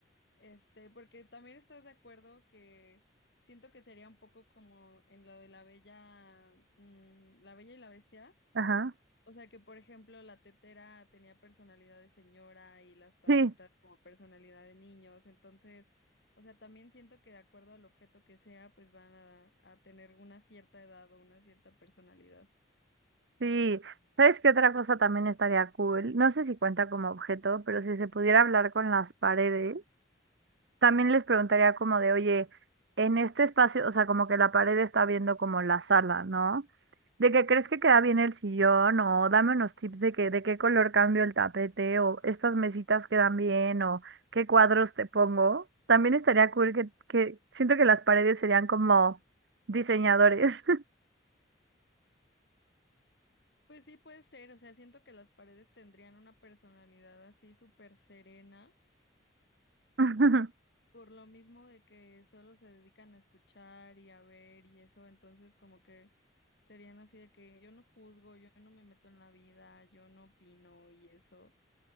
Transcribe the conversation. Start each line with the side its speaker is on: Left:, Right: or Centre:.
Left: Este, porque también estás de acuerdo que siento que sería un poco como en lo de la bella, mm, la bella y la bestia.
Right: <laughs> Ajá.
Left: O sea que, por ejemplo, la tetera tenía personalidad de señora y las tacitas
Right: Sí.
Left: como personalidad de niños. Entonces, o sea, también siento que de acuerdo al objeto que sea, pues van a, a tener una cierta edad o una cierta personalidad.
Right: Sí, ¿sabes qué otra cosa también estaría cool? No sé si cuenta como objeto, pero si se pudiera hablar con las paredes, también les preguntaría como de, oye, en este espacio, o sea, como que la pared está viendo como la sala, ¿no? ¿De que crees que queda bien el sillón? O dame unos tips de que, de qué color cambio el tapete, o estas mesitas quedan bien, o qué cuadros te pongo. También estaría cool que, que siento que las paredes serían como diseñadores.
Left: Pues sí, puede ser. O sea, siento que las paredes tendrían una personalidad así súper serena.
Right: <laughs>
Left: Por lo mismo de que solo se dedican a escuchar y a ver y eso, entonces como que serían así de que yo no juzgo, yo no me meto en la vida, yo no opino y eso.